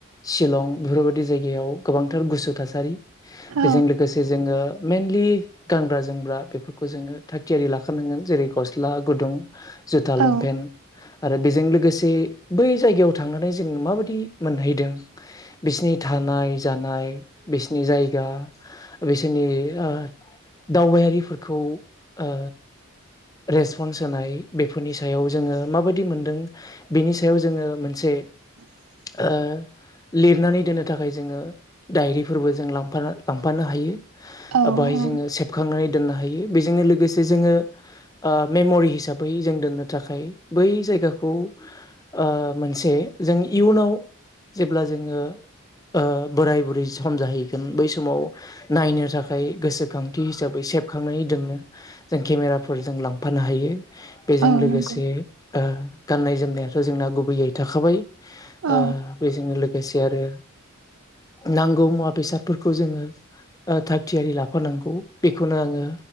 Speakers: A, on the left; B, on the right.
A: शिलं बेफोरबायदि जायगायाव गोबांथार गुसु थासारि
B: औ
A: बेजों लोगोसे जोङो मेनलि गानग्रा जोमग्रा बेफोरखौ जोङो थियारि लाखानांगोन जेरै गस्ला गुदुं जुथा लंपेन्ट
B: औ
A: ओ आरो बेजों लोगोसे बै जायगायाव थांनानै जों माबादि मोनहैदों बिसिनि थानाय जानाय बिसनि जायगा बिसोरनि आ दावबायारिफोरखौ आ रेसपन्स होनाय बेफोरनि सायाव जोङो माबायदि मोनदों बेनि सायाव जोङो मोनसे
B: <inaudible>
A: आ लिरनानै दोननो थाखाय जोङो डायरिफोरबो जों लांफा लांफानो हायो। आ
B: औ
A: बाहाय
B: औ
A: जोङो सेबखांनानै दोननो हायो बेजोंनो लोगोसे जोङो आ मेम'रि हिसाबै जों दोननो थाखाय बै जायगाखौ आ मोनसे जों इयुनाव जेब्ला जोङो ओ बोराय बुरै सम जाहैगोन बै समाव नायनो थाखाय गोसोखां थि हिसाबै सेबखांनानै दोननो जों केमेराफोर जों लांफानो हायो बेजों
B: औ
A: लोगोसे
B: नंगौ
A: ओ गाननाय जोमनायाथ' जोंना गुबैयै थाखाबाय
B: औ
A: ओ बेजोंनो लो गोसे आरो नांगौ मुवा बेसादफोरखौ जोङो ओ थाग थियारि लाफानांगौ बेखौनो आङो